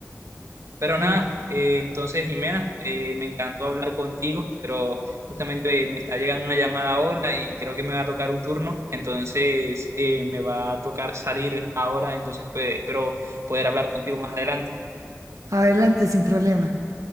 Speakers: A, on the right; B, on the right.
A: Pero nada,
B: No.
A: eh, entonces Jimena, eh, me encantó hablar contigo, pero justamente me está llegando una llamada ahora y creo que me va a tocar un turno, entonces eh, me va a tocar salir ahora, entonces pues, espero poder hablar contigo más adelante.
B: Adelante, sin problema.